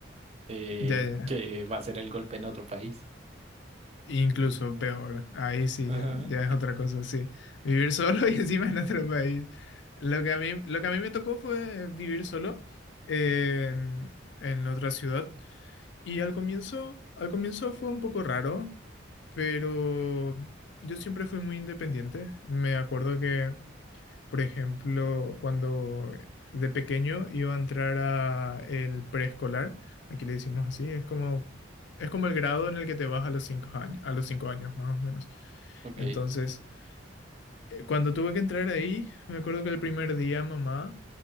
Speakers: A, on the right; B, on the left.
A: eh,
B: Ya, ya. ya.
A: que va a ser el golpe en otro país.
B: Incluso peor. Ahí sí,
A: Ajá.
B: ya, ya es otra cosa, sí. Vivir solo <laughs> y encima en otro país. Lo que a mí, lo que a mí me tocó fue vivir solo eh, en, en otra ciudad. Y al comienzo, al comienzo fue un poco raro, pero yo siempre fui muy independiente. Me acuerdo que Por ejemplo, cuando de pequeño iba a entrar a el preescolar, aquí le decimos así, es como, es como el grado en el que te vas a los cinco años, a los cinco años más o menos.
A: Ok.
B: Entonces, eh, cuando tuve que entrar ahí, me acuerdo que el primer día mamá